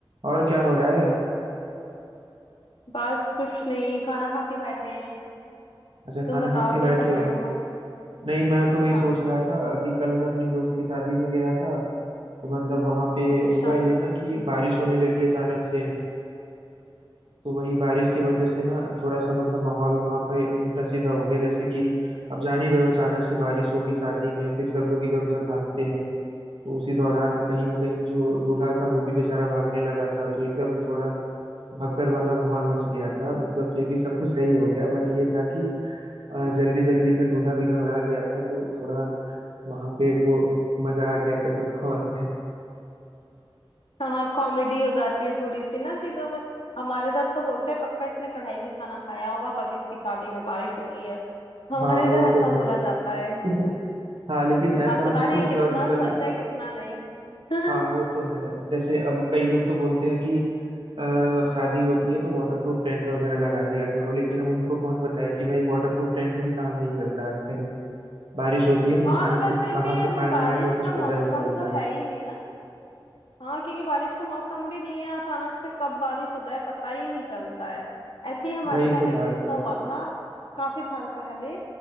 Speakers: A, on the right; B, on the left.
A: और क्या हो रहा है
B: बस कुछ नहीं खाना खा के बैठे हैं
A: अच्छा
B: तुम
A: खाना
B: बताओ
A: खा के
B: क्या
A: बैठे
B: कर रहे
A: हो
B: हो
A: नहीं मैं तो वही
B: हाँ
A: सोच रहा था अभी कल मैं अपनी दोस्त की शादी में गया था तो मतलब वहां पे
B: अच्छा
A: हुआ ये ना कि बारिश होने लगी अचानक से तो वही बारिश की वजह से ना थोड़ा सा मतलब माहौल वहां पे उल्टा सीधा हो गया जैसे कि अब जान ही रहे हो अचानक से बारिश होगी शादी में फिर सब लोग इधर उधर भागते हैं तो उसी दौरान कहीं ना कहीं जो दूल्हा था वो भी बेचारा भागने लगा था तो एकदम थोड़ा भगदड़ वाला माहौल मच गया था मतलब फिर भी सब कुछ सही हो गया बट ये था कि आ, जल्दी जल्दी में दूल्हा भी घबरा गया था तो थोड़ा वहां पे वो मजा आ गया था सबको और क्या
B: हाँ हाँ कॉमेडी हो जाती है थोड़ी सी ना चीजों में हमारे इधर तो बोलते हैं पक्का इसने कढ़ाई में खाना खाया होगा तभी इसकी शादी में बारिश हो रही है हमारे
A: हाँ
B: इधर
A: वो
B: ऐसा
A: तो
B: बोला
A: है
B: जाता है
A: <laughs> हाँ लेकिन ऐसा
B: अब पता
A: मतलब
B: नहीं
A: कुछ
B: कितना
A: लॉजिकल
B: सच है कितना नहीं <laughs>
A: हाँ वो तो है जैसे अब कई लोग तो बोलते हैं कि आ, शादी होती है तो वाटरप्रूफ टेंट वगैरह लगा लिया करो लेकिन अब उनको कौन बताए कि भाई वाटरप्रूफ टेंट भी काम नहीं करता आजकल बारिश होती है तो
B: हाँ
A: अचानक
B: वैसे
A: से कहाँ
B: भी
A: से
B: अभी
A: पानी
B: बारिश
A: आ जाए कुछ
B: का मौसम
A: पता नहीं चलता
B: तो है ही नहीं ना हाँ क्योंकि बारिश का मौसम भी नहीं है अचानक से कब बारिश होता है पता ही नहीं चलता है ऐसे ही हमारे
A: वही
B: साथ
A: तो
B: एक
A: बात
B: किस्सा
A: है
B: हुआ था काफी साल पहले